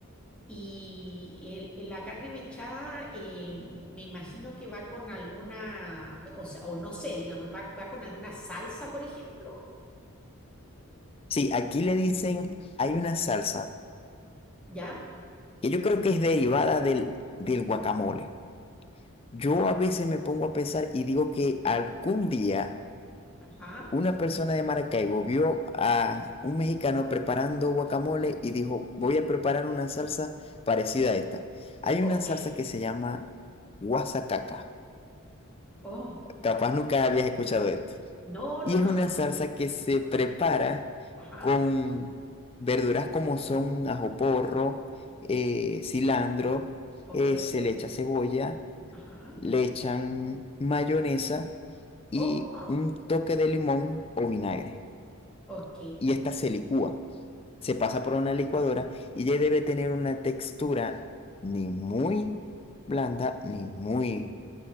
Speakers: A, in the centre; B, on the left (about 25°).
A: Y el- la carne mechada, eh, me imagino que va con alguna, o sea, o no sé, digamos, va, va con alguna salsa, por ejemplo.
B: Sí, aquí le dicen, hay una salsa
A: ¿Ya?
B: que yo creo que es derivada del, del guacamole. Yo
A: Ah,
B: a veces me pongo a pensar y digo que algún día
A: ajá.
B: una persona de Maracaibo vio a un mexicano preparando guacamole y dijo, voy a preparar una salsa parecida a esta. Hay
A: Ok.
B: una salsa que se llama guasacaca.
A: Oh,
B: Capaz nunca habías escuchado esto.
A: no,
B: Y
A: no, no.
B: es una salsa que se prepara
A: Ajá.
B: con verduras como son ajo porro, eh, cilantro,
A: Ok.
B: eh, se le echa cebolla,
A: Ajá.
B: le echan mayonesa y
A: Oh.
B: un toque de limón o vinagre.
A: Ok,
B: Y esta se licúa, se pasa por una licuadora y ya debe tener una textura ni muy blanda ni muy